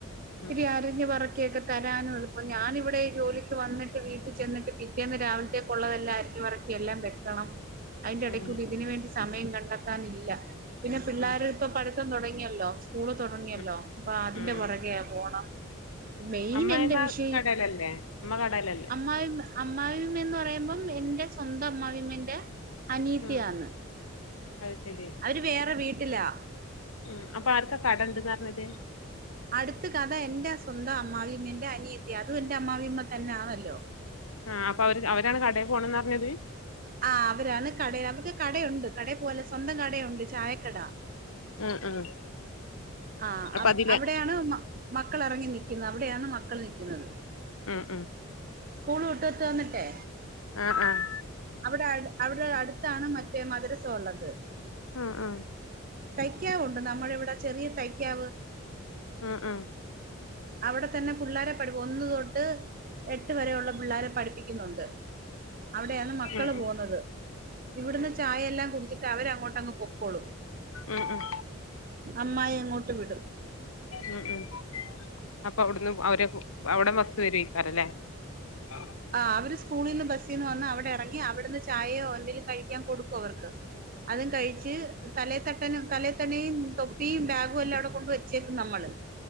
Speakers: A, on the left; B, on the right.
A: ഉം
B: തിരി അരിഞ്ഞു പറ ന്നോക്കൊക്കെ തരാന എളുപ്പം ഞാനിവിടെഈ ജോലിക്ക് വന്നിട്ട് വീട്ടിൽ ചെന്നിട്ട് പിറ്റേന്ന് രാവിലത്തേക്കു ഉള്ളതല്ലാ. പറക്കി എല്ലാം വെക്കണം അയിന്റെ എടേക്കൂടി
A: ഉം
B: ഇതിനന് വേണ്ടി സമയം കണ്ടെത്താനില്ല. പിന്നെ പിള്ളേര്
A: ഉം
B: ഇപ്പ പഠിത്തം തുടങ്ങിയല്ലോ സ്കൂള് തുടങ്ങിയല്ലോ
A: ഉം
B: അപ്പ അതിന്റെ
A: ഉം
B: പുറകെ പോണം. മെയിൻ
A: അമ്മായിമ്മ
B: എന്റെ വിഷയം
A: കടേലല്ലേ ഉമ്മ കടേലല്ലേ
B: അമ്മായിമ്മ. അമ്മായിമ്മ എന്ന് പറയുമ്പം എന്റെ സ്വന്തം അമ്മായിമ്മന്റെസ്വന്തം അനീയത്തിയാണ്.
A: ഉം അത് ശരി
B: അവര് വേറെ വീട്ടിലാ.
A: ഉം അപ്പൊ ആർക്കാ കടണ്ട്ന്ന് പറഞ്ഞത്.
B: അടുത്ത കഥ എന്റെ സ്വന്തം അമ്മായിമ്മന്റെ അനിയത്തി അതും എൻന്റെ അ്മായിമ്മ തന്നെ യാണല്ലോ.
A: ആഹ അപ്പൊ അവര് അവരാണ് കടേ പോണന്ന് പറഞ്ഞത്.
B: ആ അവരാണ് കടയാ അവർക്ക് കടയുണ്ട് കടേപോവാലെ സ്വന്തം കടയുണ്ട് ചായക്കട.
A: ഉം ഉം.
B: ആ
A: അപ്പൊ അതില്
B: അവിടെയാണ് മക്കള് ഇറങ്ങി നിക്കുന്നത് അവിടെയാണ് മക്കള് നക്കുന്നത്.
A: ഉം ഉം
B: സ്കൂൾ വിട്ട് ത്ത് വന്നിട്ടെ.
A: ആഹ ആഹ
B: അവിടെ അവിടെ അടുത്താണ് മറ്റേ മദരസ ഉള്ളത്.
A: ആഹ ആഹ
B: തയ്ക്കാവുണ്ട് നമ്മളെ ഇവിടെ ചെറിയ തയ്ക്കാവ്.
A: ഉം ഉ
B: അവിടെ തന്നെ പിള്ളോര പഠ ഒന്ന് തൊട്ട്. എട്ട് വരെയ ഉുള്ള പിള്ളാരെ പഠിപ്പിക്കുന്നുണ്ട് അവിടെയാ. മക്കള്
A: ഉം
B: പോകുന്നത് ഇവിടുന്ന് ചായെല്ലാം കുടിച്ചിട്ട് അവര അങ്ങോട്ടങ്ങ് പൊക്കോളും.
A: ഉം ഉം
B: അമ്മായി എങ്ങോട്ട് വിടും.
A: ഉം ഉം അപ്പൊ അവിടുന്ന് അവരെ അവിടെ ബസ് വരുയ്ക്കാരല്ലേ അഹ്.
B: ആ അവര് സ്കൂളിൽ നിന്ന് ബസിൽ നിന്ന് വന്ന് അവിടെ ഇറങ്ങി അവിടെന്ന് ചായയോ എന്തെലും കഴിക്കൻ കൊടുക്കും അവർക്ക് അ കഴിച് തലെ തട്ടനും തലേ തന്നെയും തൊപ്പിയും ബാഗു എല്ലാംവിടെ കൊണ്ട് വെച്ചേകും നമ്മള്.